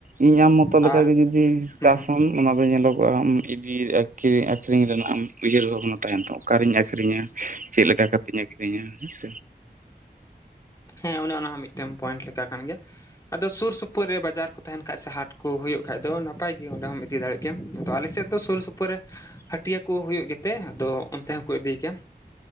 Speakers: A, on the right; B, on the left.
A: ᱤᱧ ᱟᱢ ᱢᱚᱛᱚ
B: ᱟᱨ
A: ᱞᱮᱠᱟ ᱜᱮ ᱡᱩᱫᱤ
B: ᱦᱩᱸ
A: ᱪᱟᱥ
B: ᱦᱩᱸ
A: ᱟᱢ ᱾ ᱚᱱᱟ ᱫᱚ ᱧᱮᱞᱚᱜᱚᱜᱼᱟ ᱟᱢ ᱤᱰᱤᱨ ᱟᱹᱠᱷᱨᱤᱧ ᱨᱮᱱᱟᱜ ᱮᱢ ᱩᱭᱦᱟᱹᱨ ᱵᱷᱟᱵᱽᱱᱟ ᱛᱟᱦᱮᱱ ᱛᱟᱢᱟ᱾ ᱚᱠᱟᱨᱮᱧ ᱟᱹᱠᱷᱨᱤᱧᱟ ᱪᱮᱫ ᱞᱮᱠᱟ ᱠᱟᱛᱮᱧ ᱟᱹᱠᱷᱨᱤᱧᱟ ᱦᱮᱸ ᱥᱮ
B: ᱦᱮᱸ ᱚᱱᱮ ᱚᱱᱟᱦᱚᱸ ᱢᱤᱫᱴᱮᱱ ᱯᱚᱭᱮᱱᱴ ᱞᱮᱠᱟ ᱠᱟᱱ ᱜᱮᱭᱟ ᱾ ᱟᱫᱚ ᱥᱩᱨ ᱥᱩᱯᱩᱨ ᱨᱮ ᱵᱟᱡᱟᱨ ᱠᱚ ᱛᱟᱦᱮᱱ ᱠᱷᱟᱡ ᱥᱮ ᱦᱟᱴ ᱠᱚᱦᱩᱭᱩ ᱠᱷᱟᱡ ᱫᱚ ᱱᱟᱯᱟᱭ ᱜᱮ ᱚᱸᱰᱮᱢ ᱦᱚᱢ ᱤᱫᱤ ᱫᱟᱲᱮᱭᱟᱜ ᱜᱮᱭᱟᱢ ᱟᱫᱚ ᱟᱞᱮ ᱥᱮᱫ ᱦᱚᱸ ᱛᱚ ᱥᱩᱨ ᱥᱩᱯᱩᱨ ᱨᱮ ᱦᱟᱹᱴᱭᱟᱹ ᱠᱚ ᱦᱩᱭᱩᱜ ᱜᱮᱛᱮ ᱟᱫᱚ ᱚᱱᱛᱮ ᱦᱚᱸᱠᱚ ᱤᱫᱤᱭ ᱜᱮᱭᱟ᱾